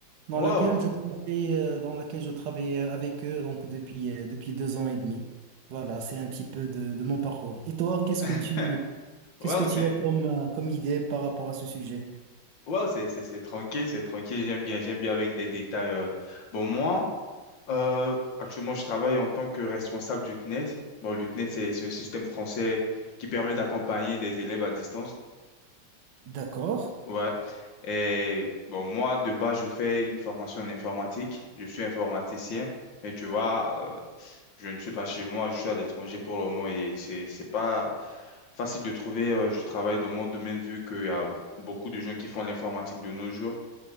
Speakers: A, on the right; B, on the left.
A: dans
B: waouh,
A: laquelle je travaille, euh, dans laquelle je travaille euh, avec eux donc depuis, euh, depuis deux ans et demi. Voilà, c'est un petit peu de, de mon parcours. Et toi, qu'est-ce que
B: <laughs>
A: tu,
B: waouh,
A: qu'est-ce que tu
B: c'est
A: as comme, euh, comme idée par rapport à ce sujet?
B: waouh, c'est c'est- c'est tranquille, c'est tranquille, j'aime bien, j'aime bien avec les détails. euh. Bon, moi, euh, actuellement, je travaille en tant que responsable du CNET. Bon, le CNET, c'est c'est un système français qui permet d'accompagner des élèves à distance.
A: D'accord.
B: Ouais. Et bon, moi, de base, je fais une formation en informatique. Je suis informaticien, mais tu vois, euh, je ne suis pas chez moi, je suis à l'étranger pour le moment et c'est, c'est pas facile de trouver euh, du travail dans mon domaine vu qu'il y a beaucoup de gens qui font l'informatique de nos jours.